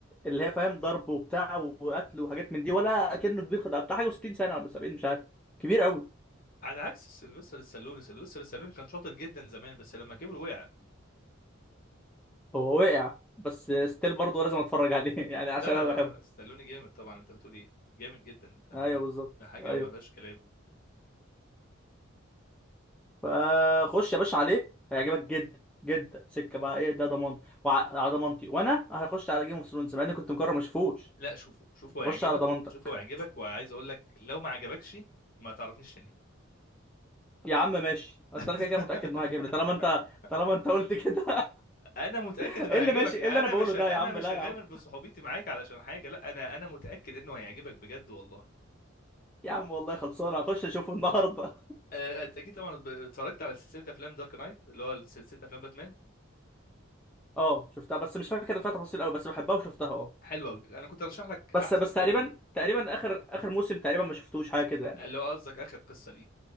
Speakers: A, in the centre; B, on the left.
A: اللي هي فاهم ضرب وبتاع وقتل وحاجات من دي ولا كأنه كبير خد بتاع حاجه 60 سنه ولا 70 مش عارف كبير قوي
B: على عكس سيلفستر السالوني سيلفستر السالوني كان شاطر جدا زمان بس لما كبر وقع
A: هو وقع بس ستيل برضه لازم اتفرج عليه <laughs> يعني عشان
B: لا
A: انا بحبه
B: السالوني جامد طبعا انت بتقول ايه جامد جدا انت
A: ايوه بالظبط
B: ده حاجه
A: ايوه
B: ما فيهاش كلام
A: فخش يا باشا عليه هيعجبك جدا جدا سكه بقى ايه ده ضمان وعلى ضمانتي وانا هخش على جيم اوف ثرونز مع اني كنت مقرر ما اشوفوش
B: لا شوفه شوفه
A: هخش
B: هيعجبك
A: على ضمانتك
B: شوفه هيعجبك وعايز اقول لك لو ما عجبكش ما تعرفنيش تاني
A: يا عم ماشي بس
B: <laughs>
A: انا كده كده متاكد ان هو هيجيبني طالما انت طالما انت قلت كده
B: انا متاكد
A: <laughs>
B: انه
A: ايه
B: هيعجبك
A: اللي ماشي ايه
B: انا
A: اللي انا بقوله
B: مش
A: ده
B: انا
A: يا عم
B: مش
A: لا
B: هغامر
A: يا عم
B: بصحوبيتي معاك علشان حاجه لا انا انا متاكد انه هيعجبك بجد والله
A: يا عم والله خلصانه هخش اشوفه النهارده
B: آه، آه، انت اكيد طبعا ب- اتفرجت على سلسله افلام دارك نايت اللي هو سلسله افلام باتمان
A: <laughs> اه شفتها بس مش فاكر فيها تفاصيل قوي بس بحبها وشفتها اه
B: حلوه قوي انا كنت ارشح لك
A: بس
B: احسن
A: بس
B: فيلم
A: تقريبا تقريبا اخر اخر موسم تقريبا ما شفتوش حاجه كده يعني
B: اللي هو قصدك اخر قصه ليه